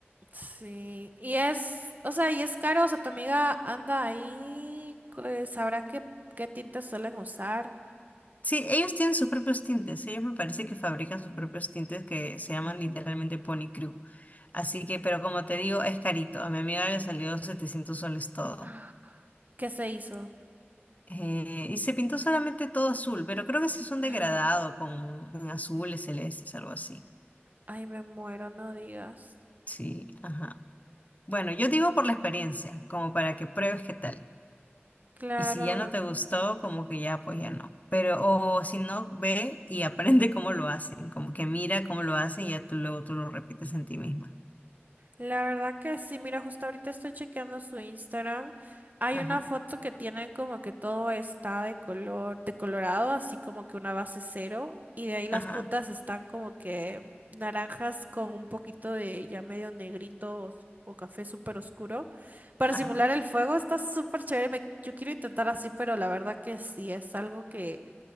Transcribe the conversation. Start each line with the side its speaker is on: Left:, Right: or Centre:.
Right: sí. Y es, o sea, y es caro, o sea, tu amiga anda ahí, pues, sabrá qué, qué tintes suelen usar.
Left: Sí, ellos tienen sus propios tintes. Ellos me parece que fabrican sus propios tintes que se llaman literalmente Pony Crew. Así que, pero como te digo, es carito. A mi amiga le salió 700 soles todo.
Right: <gasps> ¿Qué se hizo?
Left: Eh, y se pintó solamente todo azul, pero creo que sí es un
Right: Ajá.
Left: degradado con en azules, celestes, algo así.
Right: Ay, me muero, no digas.
Left: Sí, ajá. Bueno, yo digo por la experiencia, como para que pruebes qué tal.
Right: Claro.
Left: Y si ya no te gustó, como que ya, pues ya no. Pero, o si no, ve y <laughs> aprende cómo lo hacen, como que mira cómo lo hacen y ya tú luego tú lo repites en ti misma.
Right: La verdad que sí, mira, justo ahorita estoy chequeando su Instagram. Hay
Left: Ajá,
Right: una foto que tienen como que todo está de color, de colorado, así como que una base cero, y de ahí las
Left: ajá,
Right: puntas están como que naranjas con un poquito de ya medio negrito os- o, café súper oscuro. Para
Left: ajá.
Right: simular el fuego está súper chévere. me- yo quiero intentar así, pero la verdad que sí, es algo que,